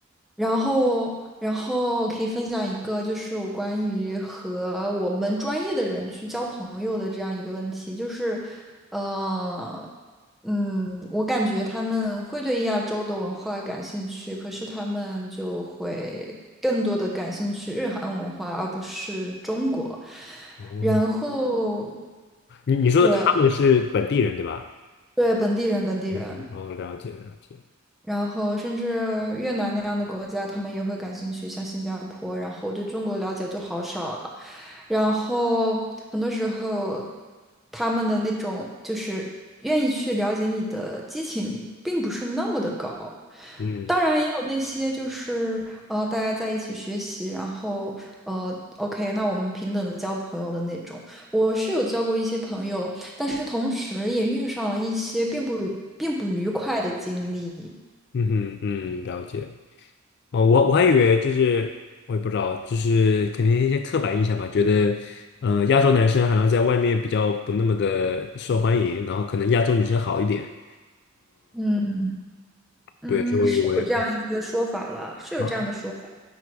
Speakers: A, in the centre; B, on the left.
A: 然后，然后我可以分享一个，就是我关于和我们专业的人去交朋友的这样一个问题，就是，呃，嗯，我感觉他们会对亚洲的文化感兴趣，可是他们就会更多的感兴趣日韩文化，而不是中国。
B: 哦，
A: 然后，
B: 你你说他们是本地人对吧？
A: 对对，本地人，本地人。
B: 嗯，哦，了解了解，
A: 然后甚至越南那样的国家，他们也会感兴趣，像新加坡。然后对中国了解就好少了，然后很多时候他们的那种就是愿意去了解你的激情，并不是那么的高。
B: 嗯。
A: 当然也有那些就是呃，大家在一起学习，然后呃，OK，那我们平等的交朋友的那种。我是有交过一些朋友，但是同时也遇上了一些并不愉并不愉快的经历。
B: 嗯哼，嗯，了解。哦，我我还以为就是，我也不知道，就是肯定一些刻板印象吧，觉得，呃，亚洲男生好像在外面比较不那么的受欢迎，然后可能亚洲女生好一点。
A: 嗯嗯，
B: 对，所以我以为
A: 是有这样一个说法了，是有这样的说法。
B: 啊，